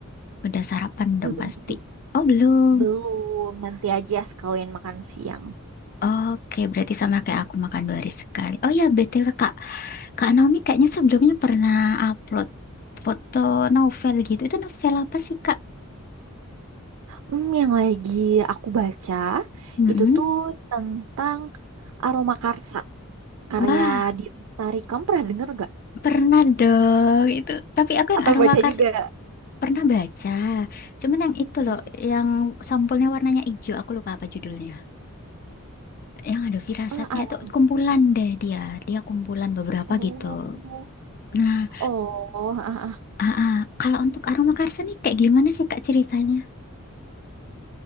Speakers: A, on the left; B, on the right.
A: Udah sarapan dong
B: Belum
A: pasti.
B: sih.
A: Oh, belum.
B: Belum. Nanti aja sekalian makan siang.
A: Oke, berarti sama kayak aku makan dua hari sekali. Oh ya, BTW Kak. Kak Naomi kayaknya sebelumnya pernah upload foto novel gitu. Itu novel apa sih Kak?
B: Hmm, yang lagi aku baca
A: Mm-mm.
B: itu tuh tentang Aroma Karsa karya
A: Wah,
B: di Lestari. Kamu pernah denger gak?
A: pernah dong itu. Tapi aku yang
B: Atau
A: aroma
B: baca juga?
A: Pernah baca, cuman yang itu loh,
B: Hmm.
A: yang sampulnya warnanya hijau, aku lupa apa judulnya. Yang ada firasatnya
B: Oh, Aroma.
A: itu kumpulan deh dia, dia kumpulan beberapa
B: Oh.
A: gitu. Nah,
B: Oh, <laughs>
A: ah, ah. Kalau untuk aroma karsa nih kayak gimana sih Kak ceritanya?